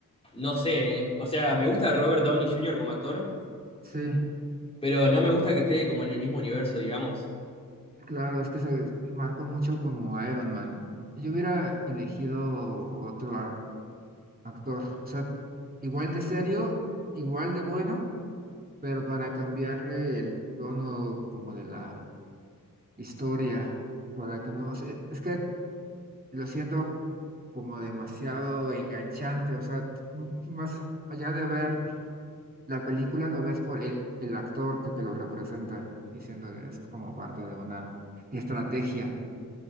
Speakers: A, on the left; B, on the right.
A: no sé, eh. o sea, me gusta Robert Downey Jr. como actor,
B: Sí,
A: pero no me gusta que esté como en el mismo universo, digamos.
B: claro, es que se marcó mucho como Iron Man. Yo hubiera elegido otro a- actor, o sea, igual de serio, igual de bueno, pero para cambiarle el tono como de la historia, para que no, o sea, es que lo siento como demasiado enganchante, o sea, t- m- más allá de ver la película, lo ves por el, el actor que, que lo representa, diciendo que es como parte de una estrategia.